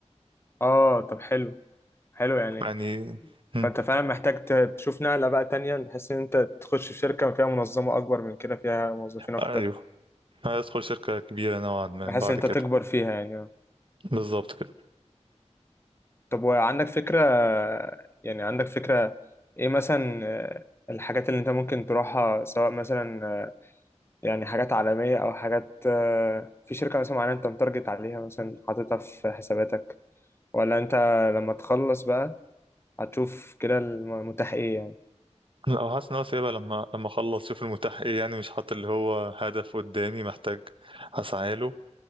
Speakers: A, on the left; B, on the right.
A: اه طب حلو حلو يعني
B: يعني
A: فانت
B: م.
A: فعلا محتاج ت- تشوف نقله بقى تانية بحيث ان انت تخش في شركه فيها منظمه اكبر من كده فيها موظفين اكتر
B: ايوه هيدخل شركة كبيرة نوعا ما
A: بحيث
B: بعد
A: ان انت
B: كده
A: تكبر فيها يعني آه.
B: بالظبط كده
A: طب وعندك فكره يعني عندك فكره ايه مثلا آه، الحاجات اللي انت ممكن تروحها سواء مثلا آه، يعني حاجات عالميه او حاجات آه، في شركه مثلا معينه انت متارجت عليها مثلا حاططها في حساباتك ولا انت لما تخلص بقى هتشوف كده المتاح ايه يعني
B: لا، هو حاسس ان هو سايبها لما لما اخلص شوف المتاح ايه يعني مش حاطط اللي هو هدف قدامي محتاج اسعى له